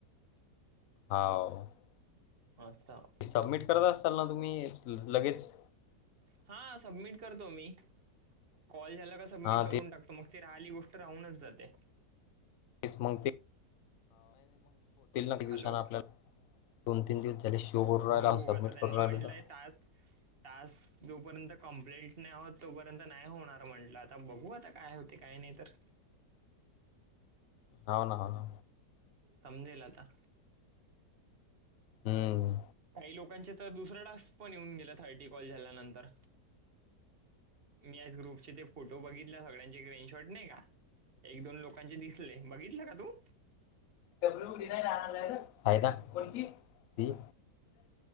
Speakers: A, on the left; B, on the right.
A: हाव
B: अससाम <unintelligible>
A: सबमिट करत असताल ना तुम्ही लगेच?
B: हा सबमिट करतो मी कॉल झाला का सबमिट
A: हा
B: करून टाकतो मग ते राहिली गोष्ट राहूनच जाते
A: <unintelligible> शो ना दिवसा
B: हॅलो
A: आपल्याला दोन तीन दिवस झाले करून राहिला
B: हो
A: सबमिट
B: आता त्यांनी
A: करून
B: म्हटलंय
A: राहिलो तर
B: टास्क- टास्क जोपर्यंत कंप्लेंट नाही आहत तोपर्यंत नाही होणार म्हंटलं आता बघू आता काय होते काय नाही तर
A: हाव ना -हाव ना
B: समजेल आता
A: हम्म.
B: काही लोकांचे तर दुसरं टास्क पण येऊन गेलं थर्टी कॉल झाल्यानंतर. मी आज ग्रुपचे ते फोटो बघितल्या सगळ्यांचे स्क्रीनशॉट नाही कां. एक दोन लोकांचे दिसले बघितलं का तू?
A: आहे ना कोणती ती.